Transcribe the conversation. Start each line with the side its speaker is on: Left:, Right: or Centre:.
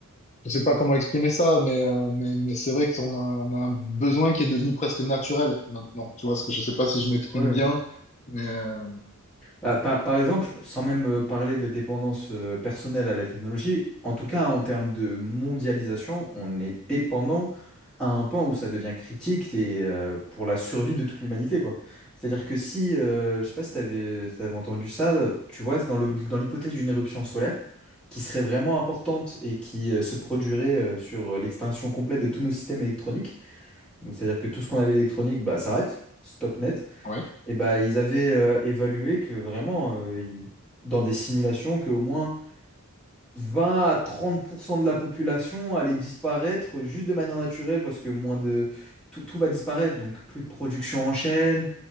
Left: je sais pas comment exprimer ça, mais, euh, mais, mais c'est vrai qu'on a, on a un besoin qui est devenu presque naturel maintenant. Tu vois, ce que je sais pas si je m'exprime
Centre: Ouais.
Left: bien, mais euh,
Centre: Bah, par, par exemple, sans même euh, parler de dépendance euh, personnelle à la technologie, en tout cas en termes de mondialisation, on est dépendant à un point où ça devient critique et, euh, pour la survie de toute l'humanité, quoi. C'est-à-dire que si, euh, je sais pas si tu avais, entendu ça, euh, tu vois, c'est dans le, dans l'hypothèse d'une éruption solaire qui serait vraiment importante et qui euh, se produirait euh, sur euh, l'extinction complète de tous nos systèmes électroniques, donc c'est-à-dire que tout ce qu'on avait d'électronique bah, s'arrête, stop net.
Left: ouais.
Centre: Et bah, ils avaient euh, évalué que vraiment, euh, il- dans des simulations, qu'au moins 20 à 30% de la population allait disparaître juste de manière naturelle parce que moins de... Tout, tout va disparaître, donc plus de production en chaîne,